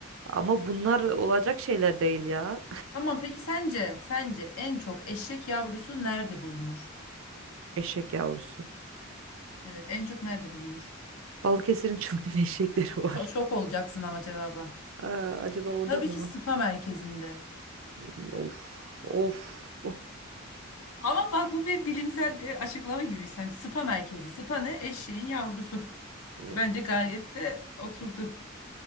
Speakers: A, on the right; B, on the left.
A: ama bunlar olacak şeyler değil ya.
B: Tamam peki sence sence en çok eşek yavrusu nerede bulunur?
A: Eşek yavrusu.
B: Evet en çok nerede bulunur?
A: Balıkesir'in çılgın <laughs> eşekleri var.
B: Çok şok olacaksın ama cevaba.
A: Aa, acaba orada
B: Tabii
A: mı?
B: ki spa merkezinde.
A: İy, Of of.
B: Ama bak bu bir bilimsel bir açıklama gibi. Sen spa merkezi. Spa ne? Eşeğin yavrusu.
A: <laughs>
B: Bence gayet de oturdu.